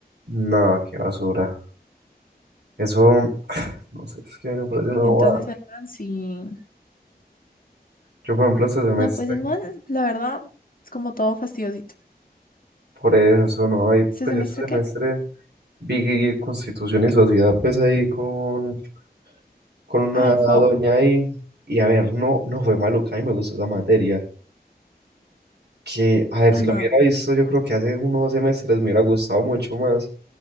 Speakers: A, on the right; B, on the left.
A: No, qué basura. Eso, no sé, es que me parece una
B: Entonces,
A: bobada.
B: el man sí.
A: Yo, por ejemplo, este semestre,
B: No, pues el man, la verdad, es como todo fastidiosito.
A: por eso, no, ahí, pues
B: ¿Este semestre
A: yo este semestre
B: qué?
A: vi Constitución y Sociedad, pues ahí con, con una
B: Ay,
A: doña
B: fo.
A: ahí. Y a ver, no, no fue maluca y me gustó esa materia. que, a ver,
B: Ajá.
A: si lo hubiera visto, yo creo que hace unos dos semestres me hubiera gustado mucho más,